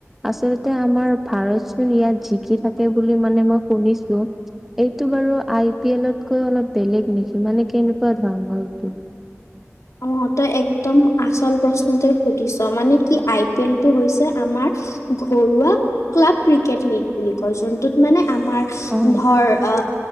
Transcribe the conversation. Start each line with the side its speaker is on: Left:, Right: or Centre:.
Centre: আচলতে আমাৰ ভাৰত চোন ইয়াত জিকি থাকে বুলি মানে মই শুনিছোঁ। এইটো আৰু আ পি এলত কৈ অলপ বেলেগ। নেকি মানে? কেনেকুৱা ধৰণৰ এইটো?
Left: অ তই একদম আচল প্ৰশ্নটোই সুধিছ, মানে কি আই পি এল টো হৈছে আমাৰ ঘৰুৱা ক্লাব, ক্ৰিকেট লীগ বুলি কয়। যোনটোত মানে আমাৰ
Centre: অ',
Left: ধৰ অ